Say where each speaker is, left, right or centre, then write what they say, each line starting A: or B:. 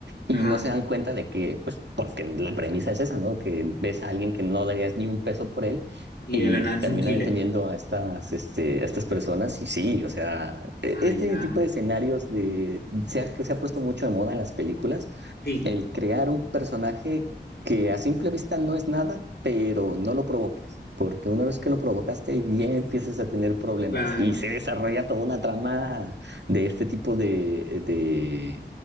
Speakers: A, on the right; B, on the left.
A: y
B: ajá.
A: no se dan cuenta de que, pues, porque la premisa es esa, ¿no? Que ves a alguien que no darías ni un peso por él
B: Y
A: y
B: de la nada es
A: termina
B: un killer.
A: deteniendo a estas, este, a estas personas. Y sí, o sea, e-
B: Ah,
A: este
B: ya.
A: tipo de escenarios de, se ha- que se ha puesto mucho de moda en las películas
B: Sí.
A: el crear un personaje que a simple vista no es nada, pero no lo provoques, porque una vez que lo provocaste, ahí bien empiezas a tener problemas
B: Claro.
A: y se desarrolla toda una trama de este tipo de, de,